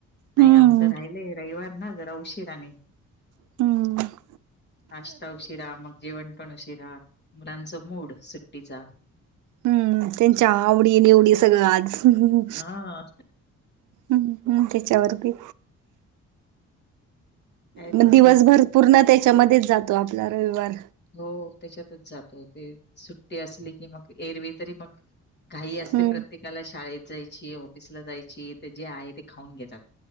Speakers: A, on the left; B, on the right.
A: नाही
B: हम्म
A: आमचं राहिलंय. रविवार ना जरा उशिराने.
B: हं.
A: नाश्ता उशिरा, मग जेवण पण उशिरा. मुलांचा मूड सुट्टीचा.
B: हं. त्यांच्या आवडी निवडी सगळं आज. हं
A: हा
B: हं, त्याच्यावरती.
A: काय
B: म
A: तुमचं
B: दिवसभर पूर्ण त्याच्यामध्येच जातो आपला रविवार.
A: हो त्याच्यातच जातो ते सुट्टी असली की मग. एरवी तरी मग घाई असते
B: हम्म
A: प्रत्येकाला शाळेत जायची, ऑफिसला जायची. त जे आहे ते खाऊन घेतात.